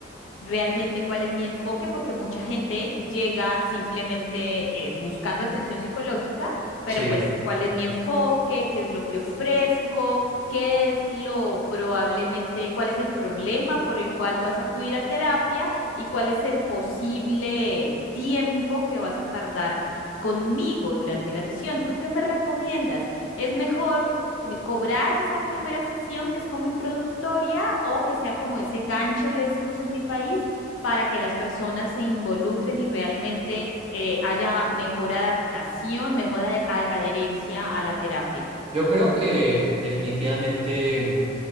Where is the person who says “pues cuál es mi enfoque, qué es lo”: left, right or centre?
Left